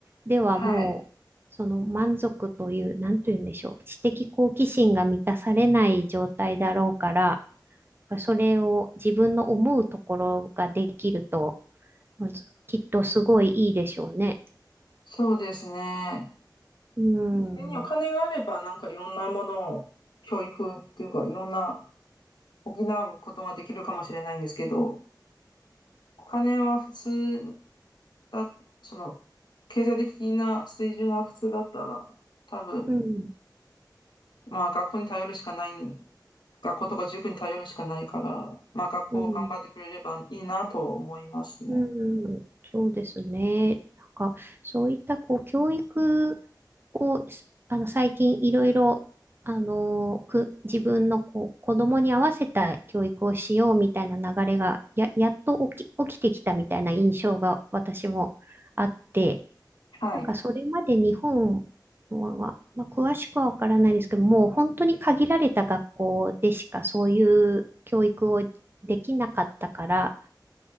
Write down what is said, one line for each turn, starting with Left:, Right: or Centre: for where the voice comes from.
Right: ではもう、
Left: はい。
Right: その満足という、なんというんでしょう、知的好奇心が満たされない状態だろうから、やっぱそれを自分の思うところができると、まずきっとすごいいいでしょうね。
Left: そうですね。
Right: うん、
Left: 家にお金があれば、
Right: うん、
Left: なんかいろんなものを、教育っていうか、いろんな補うことができるかもしれないんですけど、お金は普通だ、その、経済的な水準が普通だったら、多分、
Right: うん、
Left: まあ学校に頼るしかない、学校とか塾に頼るしかないから、まあ学校頑張ってくれればいいなと思いますね。
Right: うん。うん、そうですね。なんか、そういったこう教育を、すあの、最近いろいろ、あの、く、自分のこう子供に合わせた教育をしようみたいな流れが、や、やっと起き、起きてきたみたいな印象が私もあって、
Left: はい。
Right: なんかそれまで日本は、まあ、詳しくはわからないですけど、もう本当に限られた学校でしかそういう教育をできなかったから、